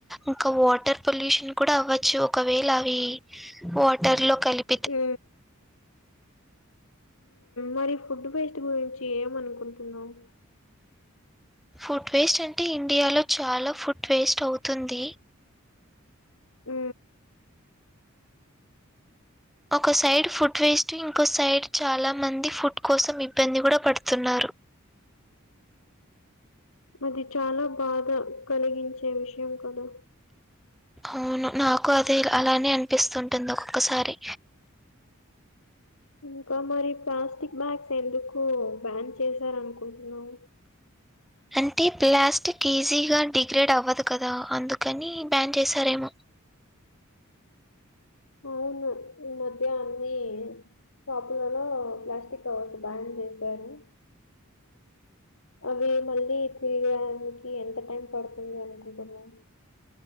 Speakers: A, in the centre; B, on the left (about 80°).
A: ఇంకా వాటర్ పొల్యూషన్ కూడా అవ్వచ్చు ఒకవేళావి వాటర్ లో కలిప్
B: ఊ మరి ఫుడ్డు వేస్ట్ గురించి ఏమనుకుంటున్నావ్
A: ఫుడ్ వేస్టంటే ఇండియాలో చాలా ఫుడ్ వేస్టవుతుంది
B: ఊ
A: ఒక సైడ్ ఫుడ్ వేస్ట్ ఇంకో సైడ్ చాలా మంది ఫుడ్ కోసం ఇబ్బంది కుడా పడుతున్నారు
B: అది చాలా బాధ కలిగించే విషయం కదా
A: అవును నాకు అది ఇలా అలానే అనిపిస్తుంటుంది ఒకొక్కసారి
B: ఇంకా మరి ప్లాస్టిక్ బ్యాగ్స్ ఎందుకు బ్యాన్ చేశారనుకు కుంటున్నావ్
A: అంటే ప్లాస్టిక్ ఈజీగా డిగ్రేడ్ అవ్వదు కదా అందుకని బ్యాన్ చేసారేమో
B: అవును ఈ మధ్యా అన్నీ షాపులలో ప్లాస్టిక్ కవర్స్ బ్యాన్ చేశారు అవి మళ్ళీ తీయనికి ఎంత టైం పడుతుంది అనుకుంటున్నారు